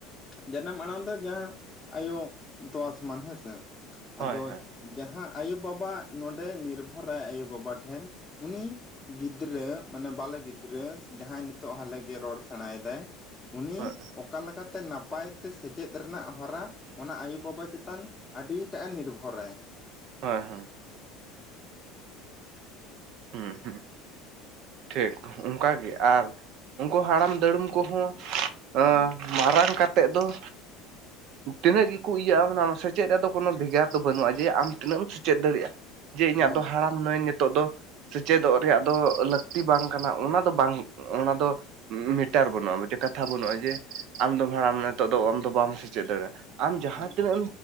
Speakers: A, on the left; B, on the right.
A: ᱡᱟᱱᱟᱢ ᱟᱲᱟᱝ ᱫᱚ ᱡᱟᱦᱟᱸ ᱟᱭᱳ ᱛᱚᱣᱟ ᱥᱚᱢᱟᱱ ᱦᱮᱸᱥᱮ। ᱟᱫᱚ
B: ᱦᱳᱭ ᱦᱳᱭ
A: ᱡᱟᱦᱟᱸ ᱟᱭᱳᱵᱟᱵᱟ ᱱᱚᱰᱮ ᱱᱤᱨᱵᱷᱚᱨᱟᱭ ᱟᱭᱳᱼᱵᱟᱵᱟ ᱴᱷᱮᱱ ᱩᱱᱤ ᱼᱼ ᱜᱤᱫᱽᱨᱟᱹ ᱢᱟᱱᱮ ᱵᱟᱞᱮ ᱜᱤᱫᱽᱨᱟᱹ ᱡᱟᱦᱟᱸᱭ ᱱᱤᱛᱚᱜ ᱦᱟᱞᱮᱜᱮ ᱨᱚᱲ ᱥᱮᱬᱟᱭᱮᱫᱟᱭ ᱼᱼ ᱩᱱᱤ
B: ᱦᱳᱭ
A: ᱚᱠᱟ ᱞᱮᱠᱟᱛᱮ ᱱᱟᱯᱟᱭ ᱛᱮ ᱥᱮᱪᱮᱫ ᱨᱮᱱᱟᱜ ᱦᱚᱨᱟ ᱼᱼ ᱚᱱᱟ ᱟᱭᱳᱼᱵᱟᱵᱟ ᱪᱮᱛᱟᱱ ᱟᱹᱰᱤᱴᱟᱜ ᱮ ᱱᱤᱨᱵᱷᱚᱨᱟᱭ।
B: ᱦᱳᱭ ᱦᱳᱸ ᱦᱮᱸ ᱦᱮᱸ ᱴᱷᱤᱠ ᱚᱱᱠᱟᱜᱮ ᱟᱨ ᱩᱱᱠᱩ ᱦᱟᱲᱟᱢ ᱫᱩᱲᱩᱢ ᱠᱚᱦᱚᱸ ᱼᱼ
A: ᱦᱮᱸ
B: ᱢᱟᱨᱟᱝ ᱠᱟᱛᱮᱫ ᱫᱚ ᱼᱼ ᱛᱤᱱᱟᱹᱜ ᱜᱮᱠᱚ ᱤᱭᱟᱹᱜᱼᱟ ᱢᱟᱱᱮ ᱚᱱᱟ ᱥᱮᱪᱮᱫ ᱨᱮᱭᱟᱜ ᱫᱚ ᱠᱳᱱᱳ ᱵᱷᱮᱜᱟᱨ ᱫᱚ ᱵᱟᱹᱱᱩᱜᱼᱟ ᱡᱮ ᱟᱢ ᱛᱤᱱᱟᱹᱜ ᱮᱢ ᱥᱮᱪᱮᱫ ᱫᱟᱲᱮᱭᱟᱜᱼᱟ। ᱡᱮ ᱤᱧᱟᱹᱜ
A: ᱦᱳᱭ
B: ᱫᱚ ᱦᱟᱲᱟᱢ ᱱᱟᱹᱭᱧ ᱱᱤᱛᱚᱜ ᱫᱚ ᱼᱼ ᱥᱮᱪᱮᱫᱚᱜ ᱨᱮᱭᱟᱜ ᱫᱚ ᱞᱟᱹᱠᱛᱤ ᱵᱟᱝ ᱠᱟᱱᱟ ᱚᱱᱟ ᱫᱚ ᱵᱟᱝ, ᱚᱱᱟ ᱫᱚ ᱼᱼ ᱢᱤᱴᱟᱨ ᱵᱟᱹᱱᱩᱜᱼᱟ ᱡᱮ ᱠᱟᱛᱷᱟ ᱵᱟᱹᱱᱩᱜᱼᱟ ᱡᱮ ᱟᱢ ᱫᱚᱢ ᱦᱟᱲᱟᱢ ᱱᱟ ᱱᱤᱛᱚᱜ ᱫᱚ ᱟᱢ ᱫᱚ ᱵᱟᱢ ᱥᱮᱪᱮᱫ ᱫᱟᱲᱮᱭᱟᱜᱼᱟ। ᱟᱢ ᱡᱟᱦᱟᱸ
A: ᱦᱮᱸ
B: ᱛᱤᱱᱟᱹᱜ